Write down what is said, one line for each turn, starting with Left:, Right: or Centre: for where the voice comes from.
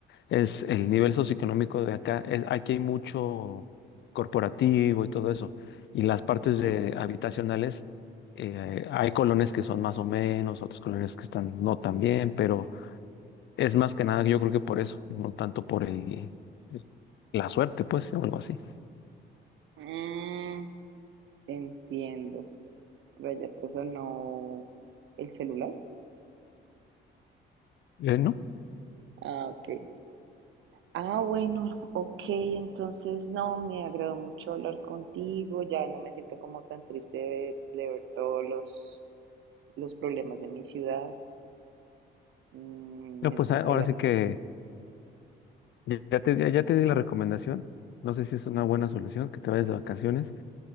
Left: es el nivel socioeconómico de acá, es, aquí hay mucho corporativo y todo eso. Y las partes
Right: ujú.
Left: de habitacionales, eh, hay colonias que son más o menos, otros colonias que están no tan bien, pero es más que nada, yo creo que por eso, no tanto por el la suerte, pues, o algo así.
Right: Mm, entiendo. Pero allá te sonó el celular.
Left: Eh, no,
Right: Ah, ok. Ah, bueno, ok, entonces no, me agradó mucho hablar contigo, ya no me siento como tan triste de, de ver todos los, los problemas de mi ciudad, Mm,
Left: no,
Right: me
Left: pues
Right: subiste
Left: a- ahora
Right: el ánimo.
Left: sí que ya te, ya, ya te di la recomendación. No sé si es una buena solución que te vayas de vacaciones